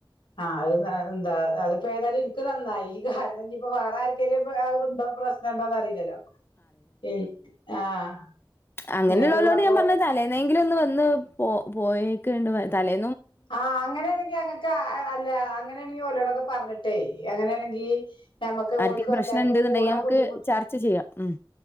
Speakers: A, on the left (about 70°); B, on the left (about 25°).
A: ആഹ് ആഹ് ആഹ് അത് എന്താ അതിപ്പോ ഏതായാലും എനിക്ക്. നന്നായി കാരണം ഇനി ഇപ്പ വേറെ ആർക്കേലും ഇപ്പൊ അത് ഉണ്ടോ പ്രശ്നം. ഉണ്ടോന്ന അറിയില്ലല്ലോ ഉം ആഹ്.
B: അങ്ങനെ
A: ഇങ്ങോട്ട്
B: ഉള്ളവരോട്
A: അപ്പൊ
B: ഞാൻ പറഞ്ഞ തലേന്നെങ്കിലും ഒന്ന് വന്ന് പോ പോയൊക്കെ ഉണ്ട് തലേ
A: ആഹ് അങ്ങനെയാണെങ്കിൽ അങ്ങക്ക് അല്ല അങ്ങനെയെങ്കില് ഓലോടൊക്കെ പറഞ്ഞിട്ടേ. അങ്ങനെയാണെങ്കിൽ നമ്മക്ക്
B: ആർക്കേലും
A: ഓല്ക്കും
B: പ്രശ്നം
A: എല്ലാർക്കും
B: ഇണ്ട്ന്നുണ്ടെങ്കിൽ
A: കൂടാൻ
B: നമുക്ക്
A: ബുദ്ധിമുട്ട്.
B: ചർച്ച ചെയ്യാം ഉം